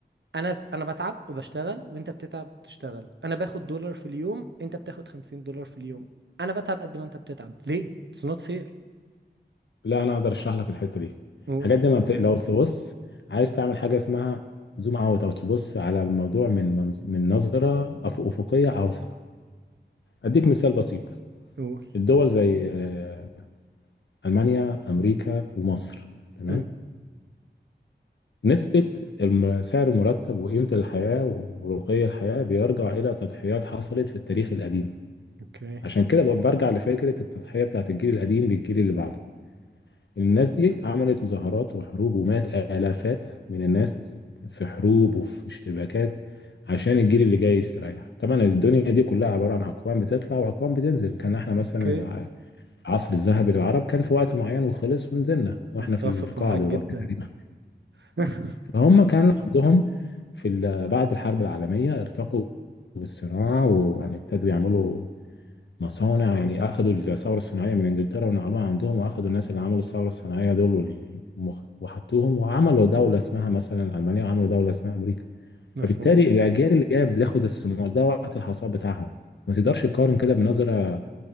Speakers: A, on the right; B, on the left.
A: انا انا بتعب وبشتغل وانت بتتعب وتشتغل انا باخد دولار في اليوم انت بتاخد 50 دولار في اليوم انا بتعب قد ما انت بتتعب ليه It's not fair
B: لا انا اقدر اشرح لك الحته دي
A: قول
B: الحاجات دي ما بت... لو تبص عايز تعمل حاجه اسمها زوم اوت او تبص على الموضوع من منظ... من نظره أف... افقيه اوسع اديك مثال بسيط
A: قول
B: الدول زي آه، المانيا امريكا ومصر تمام
A: مم.
B: نسبة الم- سعر المرتب وقيمة الحياة ورقي الحياة بيرجع إلى تضحيات حصلت في التاريخ القديم
A: اوكي
B: عشان كده ب- برجع لفكرة التضحية بتاعت الجيل القديم للجيل اللي بعده الناس دي عملت مظاهرات وحروب ومات آلافات من الناس في حروب وفي اشتباكات عشان الجيل اللي جاي يستريح طبعا الدنيا دي كلها عبارة عن أقوام بتطلع وأقوام بتنزل كان احنا مثلا
A: اوكي
B: الع- العصر الذهبي للعرب كان في وقت معين وخلص ونزلنا واحنا
A: اتفق
B: في القاع
A: معاك
B: دلوقتي
A: جدا
B: تقريبا
A: <laughs>
B: فهم كان عندهم في ال- بعد الحرب العالمية ارتقوا بالصناعة ويعني ابتدوا يعملوا مصانع يعني أخدوا الثورة الصناعية من إنجلترا ونقلوها عندهم وأخدوا الناس اللي عملوا الثورة الصناعية دول والمخ- وحطوهم وعملوا دولة اسمها مثلا ألمانيا وعملوا دولة اسمها أمريكا
A: مفهوم
B: فبالتالي الأجيال اللي جاية بتاخد الثمار ده وقت الحصاد بتاعهم ما تقدرش تقارن كده بنظرة